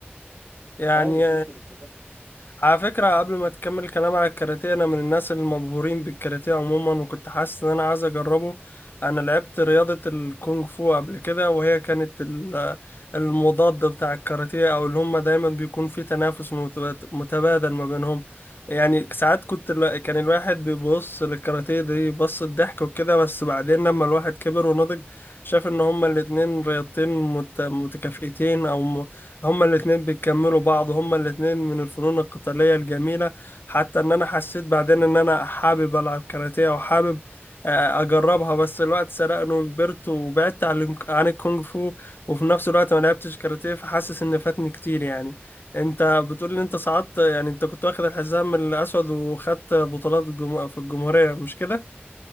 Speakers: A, on the left; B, on the right.
A: يعني
B: اه وصلت للحزام
A: على فكرة قبل ما تكمل الكلام على الكاراتيه أنا من الناس المبهورين بالكاراتيه عموما وكنت حاسس إن أنا عايز أجربه أنا لعبت رياضة الكونغ فو قبل كده وهي كانت ال- المضاد بتاع الكاراتيه أو اللي هما دايما بيكون في تنافس متباد- متبادل ما بينهم يعني ساعات كنت الوا- كان الواحد بيبص للكاراتيه دي بص الضحك وكده بس بعدين لما الواحد كبر ونضج شاف إن هما الاتنين رياضتين مت- متكافئتين أو هما الاتنين بيكملوا بعض هما الاتنين من الفنون القتالية الجميلة حتى ان انا حسيت بعدين ان انا حابب العب كاراتيه وحابب آه، اجربها بس الوقت سرقني وكبرت وبعدت عن الك- عن الكونغ فو وفي نفس الوقت ما لعبتش كاراتيه فحاسس ان فاتني كتير يعني انت بتقول ان انت صعدت يعني انت كنت واخد الحزام الاسود وخدت بطولات الجم... في الجمهورية مش كده